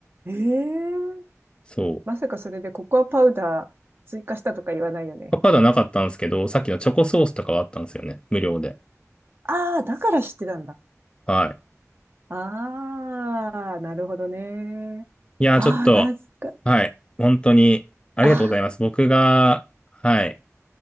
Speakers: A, on the right; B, on the left.
A: ええ
B: そう。
A: まさかそれでココアパウダー追加したとか言わないよね。
B: ココアパウダーなかったんですけど、さっきのチョコソースとかはあったんですよね。無料で。
A: ああ、だから知ってたんだ。
B: は
A: ああ、なるほどね。
B: い。いやー、
A: ああ、
B: ちょっと、
A: なんか、
B: はい。本当に、ありがとうございます。
A: ああ、
B: 僕が、はい。